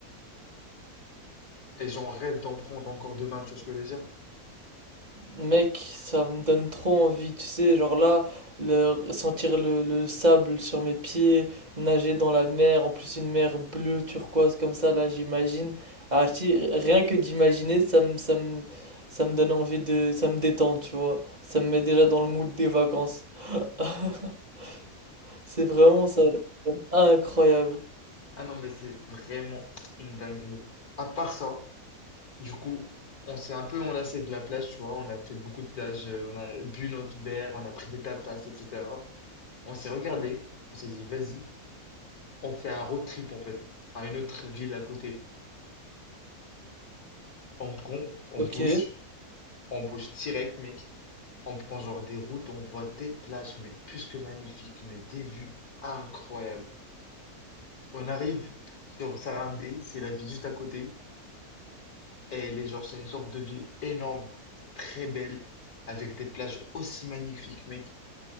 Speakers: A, on the left; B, on the right.
A: Et j'en rêve d'en prendre encore demain, tu vois ce que je veux dire?
B: Mec, ça me donne trop envie, tu sais, genre là, le, sentir le, le sable sur mes pieds, nager dans la mer, en plus une mer bleue turquoise comme ça, là, j'imagine. Ah, si, rien que d'imaginer, ça me, ça me, ça me donne envie de, ça me détend, tu vois. Ça me met déjà dans le mood des vacances. <laughs> C'est vraiment ça, incroyable.
A: Ah non, mais c'est vraiment une dinguerie. À part ça. Du coup, on s'est un peu enlacé de la plage, tu vois. On a fait beaucoup de plages, euh, on a bu notre verre, on a pris des tapas, etc. On s'est regardé, on s'est dit, vas-y, on fait un road trip en fait, à une autre ville à côté. On prend, on
B: Ok,
A: bouge, on bouge direct, mec. On prend genre des routes, on voit des plages, mais plus que magnifiques, mais des vues incroyables. On arrive sur Sarandé, c'est la ville juste à côté. Elle est genre, c'est une sorte de ville énorme, très belle, avec des plages aussi magnifiques, mec.